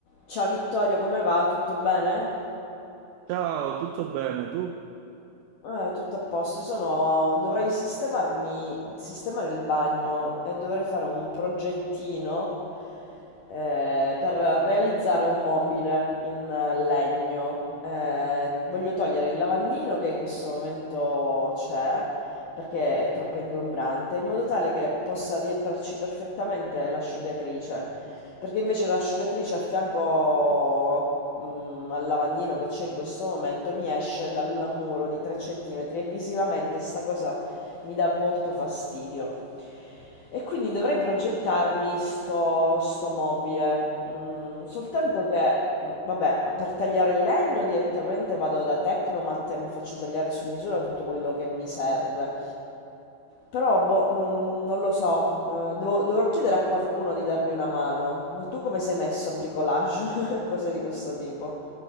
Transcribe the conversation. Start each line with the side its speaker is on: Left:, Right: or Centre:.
Left: Ciao Vittorio, come va? Tutto bene?
Right: Ciao, tutto bene? Tu?
Left: Eh, tutto a posto. Sono... Dovrei sistemarmi, sistemare il bagno e dovrei fare un progettino eh, per realizzare un mobile in legno. Eh, voglio togliere il lavandino che in questo momento c'è perché è troppo ingombrante, in modo tale che possa rientrarci perfettamente l'asciugatrice. Perché invece l'asciugatrice a fianco mm, al lavandino che c'è in questo momento mi esce dal muro di 3 centimetri e visivamente sta cosa mi dà molto fastidio. E quindi dovrei progettarmi sto, sto mobile, Mm, soltanto che, mm, vabbè, per tagliare il legno direttamente vado da Tecnomat e mi faccio tagliare su misura tutto quello che mi serve. Però, boh, non, non lo so, eh, devo- dovrò chiedere a qualcuno di darmi una mano. Ma tu come sei messo a bricolage? <laughs> Cose di questo tipo?